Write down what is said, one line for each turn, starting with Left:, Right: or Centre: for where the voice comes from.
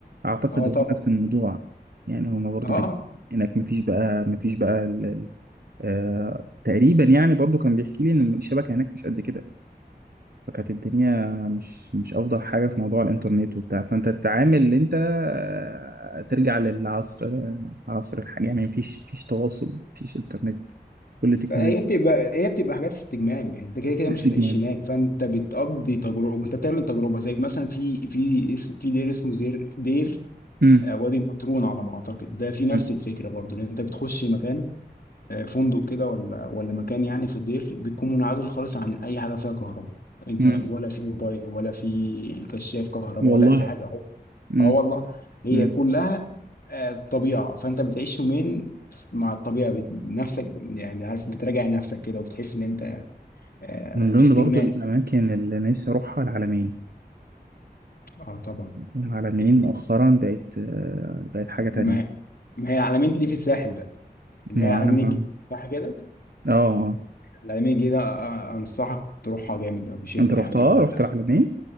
Right: اعتقد
Left: اه
Right: هو
Left: طبعا
Right: نفس الموضوع يعني هما برضو
Left: اه
Right: بت... هناك مفيش بقى مفيش بقى ال... آه... تقريبا يعني برضو كان بيحكي لي ان الشبكة هناك مش قد كده فكانت الدنيا مش مش افضل حاجه في موضوع الانترنت وبتاع فانت تتعامل ان انت آه، ترجع للعصر آه، عصر الحاجه يعني مفيش مفيش تواصل مفيش انترنت كل تكنولوجيا
Left: هي بتبقى هي بتبقى حاجات استجمام يعني انت كده كده
Right: استجمام
Left: مش هتعيش هناك فانت بتقضي تجربه انت بتعمل تجربه زي مثلا في في اس- في دير اسمه زير دير
Right: امم
Left: آه، وادي النطرون على ما اعتقد ده في نفس
Right: امم
Left: الفكره برضو ان انت بتخش مكان آه، فندق كده ولا ولا مكان يعني في الدير بتكون منعزل خالص عن اي حاجه فيها كهرباء انت
Right: أمم.
Left: ولا في موبايل ولا في كشاف كهرباء
Right: والله
Left: ولا اي حاجه اهو
Right: امم
Left: اه والله هي
Right: امم
Left: كلها آه، طبيعه فانت بتعيش يومين مع الطبيعه بت- نفسك يعني عارف بتراجع نفسك كده وبتحس ان انت آه،
Right: من ضمن
Left: في استجمام
Right: برضو الاماكن اللي نفسي اروحها العلمين
Left: اه طبعا
Right: العلمين
Left: ال-
Right: مؤخرا بقت آه، بقت حاجه تانية
Left: ما ما هي العلمين دي في الساحل بقى اللي
Right: ما
Left: هي العلمين
Right: انا ما
Left: الجديده صح كده
Right: اه آه.
Left: العلمين الجديده آه، انصحك تروحها جامد او بشده
Right: انت رحتها
Left: يعني
Right: رحت العلمين